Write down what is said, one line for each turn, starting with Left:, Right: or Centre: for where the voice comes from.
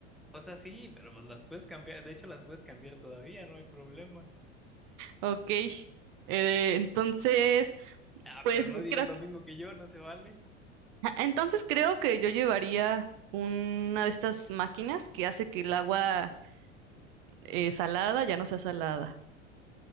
Centre: o sea, sí, pero pues las puedes cambiar. De hecho, las puedes cambiar todavía, no hay problema.
Right: Ok. Eh, entonces,
Centre: Ah,
Right: pues
Centre: pero no digas
Right: creo
Centre: lo
Right: que,
Centre: mismo que yo, no se vale.
Right: <laughs> entonces creo que yo llevaría una de estas máquinas que hace que el agua eh, salada ya no sea salada.